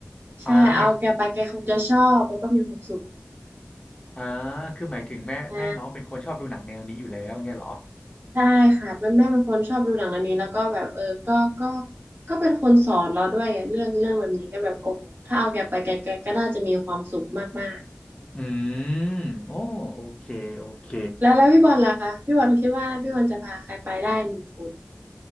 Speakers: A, on the right; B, on the left.
A: ใช่เอาแกไปแกคงจะชอบแล้วก็มีความสุข
B: อ่าหมายอ่าคือหมายถึงแม่แม่น้องเป็นคนชอบดูหนังแนวนี้อยู่แล้วเงี้ยเหรอ
A: ใช่ ใช่ค่ะแม่แม่เป็นคนชอบดูหนังเรื่องนี้แล้วก็แบบเออก็ก็ก็เป็นคนสอนเราด้วยอะเรื่องเรื่องแบบนี้ก็แบบโอ้โหถ้าเอาแกไปแกแกก็น่าจะมีความสุขมาก
B: อืมโอ้โอเคโอเค
A: ๆแล้วแล้วพี่บอลล่ะคะพี่บอลคิดว่าพี่บอลจะพาใครไปได้หนึ่งคน